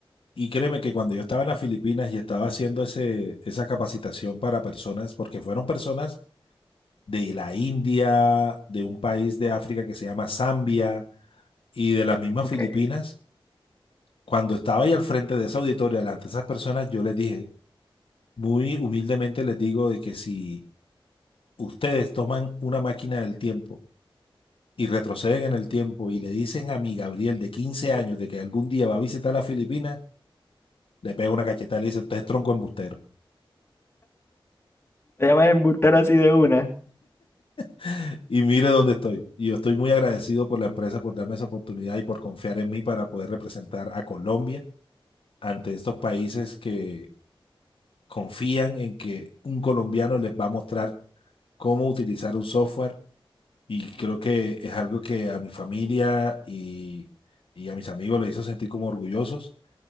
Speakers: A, on the left; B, on the left.
A: Y créeme que cuando yo estaba en las Filipinas y estaba haciendo ese, esa capacitación para personas, porque fueron personas de la India, de un país de África que se llama Zambia y de las mismas
B: Ok.
A: Filipinas. Cuando estaba ahí al frente de esa auditoria, delante de esas personas, yo les dije, muy humildemente les digo de que si ustedes toman una máquina del tiempo y retroceden en el tiempo y le dicen a mi Gabriel de 15 años de que algún día va a visitar las Filipinas, le pego una cachetada y le dice, usted es tronco embustero.
B: Te llaman embustero así de una.
A: <laughs> Y mire dónde estoy. Y yo estoy muy agradecido por la empresa por darme esa oportunidad y por confiar en mí para poder representar a Colombia ante estos países que confían en que un colombiano les va a mostrar cómo utilizar un software y creo que es algo que a mi familia y, y a mis amigos les hizo sentir como orgullosos